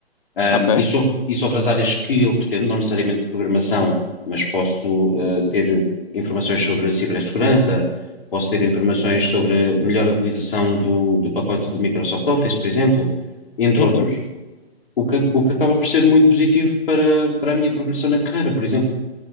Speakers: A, on the left (about 60°); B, on the left (about 35°).
A: ahm,
B: Ok.
A: e, so- e sobre as áreas que eu pretendo, não necessariamente programação, mas posso, ah, ter informações sobre cibersegurança, posso ter informações sobre melhor utilização do, do pacote do Microsoft Office, por exemplo, entre
B: Sim,
A: outros.
B: sim.
A: O que, o que acaba por ser muito positivo para, para a minha progressão na carreira, por exemplo.